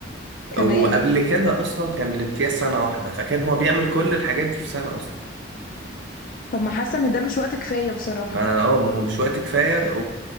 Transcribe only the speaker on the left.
كمان
طب ما حاسة ان ده مش وقت كفاية بصراحة